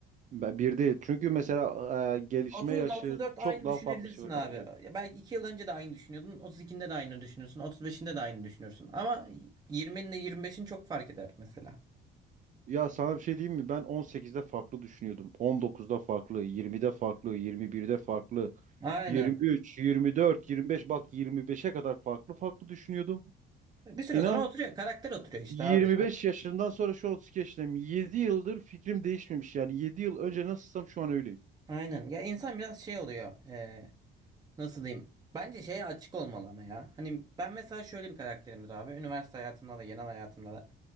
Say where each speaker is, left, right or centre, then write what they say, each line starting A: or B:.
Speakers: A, on the right (about 40°); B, on the right (about 20°).
A: Be- Bir değil. Çünkü mesela e, gelişme
B: 30
A: yaşı
B: ile 34
A: çok
B: aynı
A: daha
B: düşünebilirsin
A: farklı şeyler
B: abi.
A: katılıyor.
B: Ya belki 2 yıl önce de aynı düşünüyordun. 32'nde de aynı düşünürsün. 35'inde de aynı düşünürsün. Ama 20'nin ile 25'in çok fark eder mesela.
A: Ya sana bir şey diyeyim mi? Ben 18'de farklı düşünüyordum. 19'da farklı, 20'de farklı, 21'de farklı,
B: Aynen.
A: 23, 24, 25 bak 25'e kadar farklı farklı düşünüyordum.
B: Bir süre
A: İnan
B: sonra oturuyor. Karakter oturuyor işte
A: 25
B: abi.
A: yaşından sonra şu 32 yaşındayım. 7 yıldır fikrim değişmemiş. Yani 7 yıl önce nasılsam şu an öyleyim.
B: Aynen. Ya insan biraz şey oluyor. eee, nasıl diyeyim? Bence şeye açık olmalı ama ya. Hani ben mesela şöyle bir karakterimdir abi. Üniversite hayatımda da, genel hayatımda da.